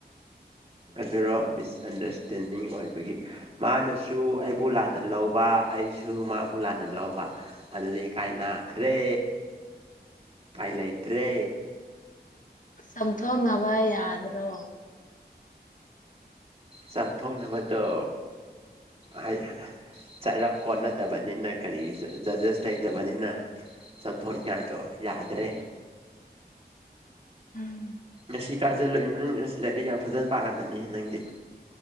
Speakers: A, on the right; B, on the left.
A: ꯑꯗꯨꯔꯣ ꯃꯤꯁꯑꯟꯗꯔꯁꯇꯦꯟꯗꯤꯡ ꯑꯣꯏꯕꯒꯤ ꯃꯥꯅꯁꯨ ꯑꯩꯕꯨ ꯂꯥꯟꯅ ꯂꯧꯕ ꯑꯩꯁꯨ ꯃꯥꯕꯨ ꯂꯥꯟꯅ ꯂꯧꯕ ꯑꯗꯨꯗꯤ ꯀꯥꯏ ꯅꯥꯈ꯭ꯔꯦ ꯎꯄꯥꯏ ꯂꯩꯇ꯭ꯔꯦ
B: ꯆꯝꯊꯣꯛꯅꯕ ꯌꯥꯗ꯭ꯔꯣ
A: ꯆꯝꯊꯣꯛꯅꯕꯗꯣ ꯍꯥꯏ ꯆꯔꯞ ꯀꯣꯠ ꯅꯠꯇꯕꯅꯤꯅ ꯀꯔꯤ ꯖꯖꯦꯁ ꯂꯩꯇꯕꯅꯤꯅ ꯆꯟꯊꯣꯛꯂꯤꯉꯥꯏꯗꯣ ꯌꯥꯗ꯭ꯔꯦ
B: ꯎꯝ
A: ꯉꯁꯤ ꯀꯥꯏ ꯆꯠꯂꯨꯏ ꯅꯪ ꯑꯁ ꯂꯥꯏꯔꯤꯛ ꯌꯥꯝ ꯐꯖꯅ ꯄꯥꯔꯝꯃꯅꯤ ꯅꯪꯗꯤ